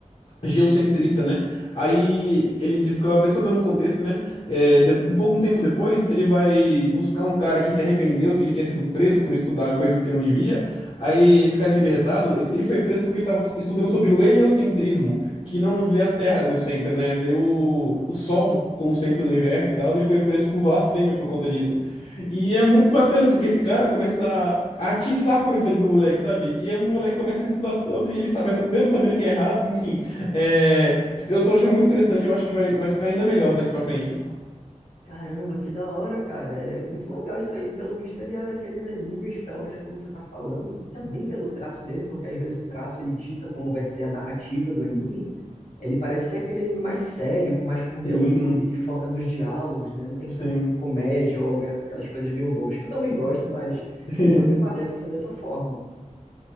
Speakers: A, on the left (about 50°); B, on the left (about 75°).
A: geocentrista, né? Aí ele descobre, só dando um contexto, né? É, de- um pouco um tempo depois, ele vai buscar um cara que se arrependeu, que ele tinha sido preso por estudar coisas que não devia. Aí esse cara libertado, ele, ele foi preso porque ele estava estudando sobre o heliocentrismo, que não vê a Terra no centro, né? Vê o, o Sol como centro do universo e tal. Ele foi preso por blasfêmia por conta disso. E é muito bacana porque esse cara começa a atiçar a curiosidade do moleque, sabe? E o moleque começa a estudar sobre, e ele sabe, mesmo sabendo que é errado, enfim. É, eu tô achando muito interessante, eu acho que vai, vai ficar ainda melhor daqui pra frente.
B: Caramba, que da hora, cara. É muito legal isso aí. Pelo visto, ele é daqueles animes, pelo menos como você tá falando, e também pelo traço dele, porque às vezes o traço ele dita como vai ser a narrativa do anime. Ele parece ser aquele anime mais sério, com mais conteúdo,
A: Sim,
B: que foca nos diálogos, né? Não tem
A: sim.
B: tanto comédia ou algo- aquelas coisas meio bobas, que eu também gosto, mas
A: <laughs>
B: ele não me parece ser dessa forma.